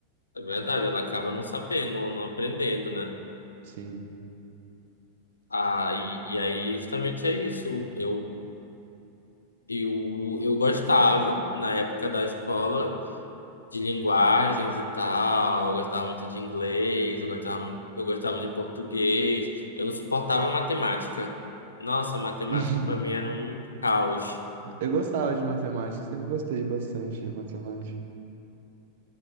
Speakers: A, on the left; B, on the right.
A: É verdade, ela acaba não sabendo, não aprendendo, né?
B: Sim.
A: Ah, e, e aí justamente é isso. Eu, eu, eu gostava, na época da escola, de linguagens e tal. Eu gostava muito de inglês, eu gostava, mu- eu gostava de português. Eu não suportava matemática. Nossa, matemática
B: <laughs>
A: para mim era um caos.
B: Eu gostava de matemática, sempre gostei bastante de matemática.